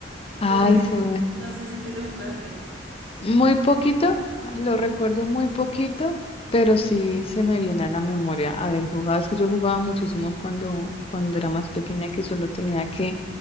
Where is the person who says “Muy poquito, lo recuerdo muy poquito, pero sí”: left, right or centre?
Left